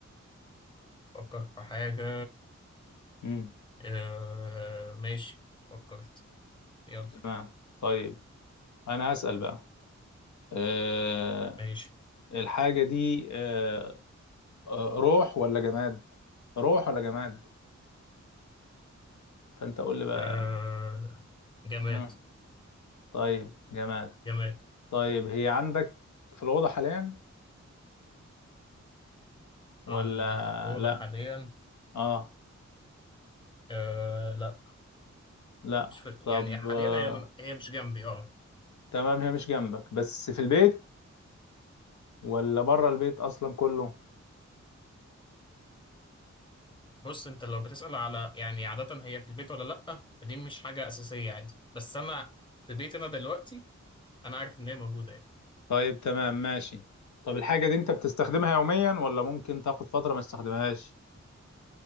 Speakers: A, on the left; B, on the left.
A: فكر في حاجة
B: امم
A: اه ماشي فكرت يلا
B: تمام طيب انا هسال بقى أه
A: ماشي
B: الحاجه دي أه آه، روح ولا جماد روح ولا جماد فانت قول لي بقى
A: اه جماد
B: أه. طيب جماد
A: جماد
B: طيب هي عندك في الاوضه حاليا ولا
A: عندي في الأوضة
B: لا
A: حاليا
B: اه
A: اه لا
B: لا
A: مش في يعني
B: طب
A: حاليا
B: آه،
A: هي هي مش جنبي اه
B: تمام هي مش جنبك بس في البيت ولا بره البيت اصلا كله
A: بص انت لو بتسأل على يعني عادة هي في البيت ولا لأ فدي مش حاجة أساسية عادي بس أنا في بيتي أنا دلوقتي أنا عارف إن هي موجودة يعني
B: طيب تمام ماشي طب الحاجة دي انت بتستخدمها يوميا ولا ممكن تاخد فترة ما تستخدمهاش